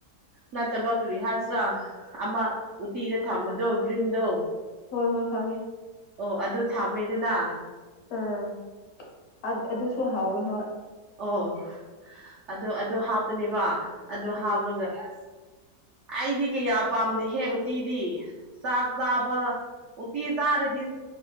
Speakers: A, on the right (about 75°); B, on the left (about 70°).
A: ꯅꯠꯇꯕ ꯀꯔꯤꯍꯥꯁꯥ ꯑꯃ ꯎꯇꯤꯗ ꯊꯝꯕꯗꯣ ꯒ꯭ꯔꯤꯟꯗꯣ
B: ꯍꯣꯏ ꯍꯣꯏ ꯈꯥꯡꯉꯦ
A: ꯑꯣ ꯑꯗꯨ ꯊꯝꯃꯦꯗꯅ
B: ꯎꯝ ꯑ ꯑꯗꯨ ꯑꯗꯨꯁꯨ ꯍꯥꯎꯣꯏ ꯍꯣꯏ
A: ꯑꯣ ꯑꯗꯨꯣ ꯑꯗꯨ ꯍꯥꯞꯄꯅꯦꯕ ꯑꯗꯨ
B: ꯎꯝ
A: ꯍꯥꯞꯄꯨꯔꯒ ꯑ ꯑꯩꯗꯤ ꯀꯌꯥ ꯄꯥꯝꯗꯦꯍꯦ ꯎꯇꯤꯗꯤ ꯆꯥꯛ ꯆꯥꯕ ꯎꯇꯤ ꯆꯥꯔꯗꯤ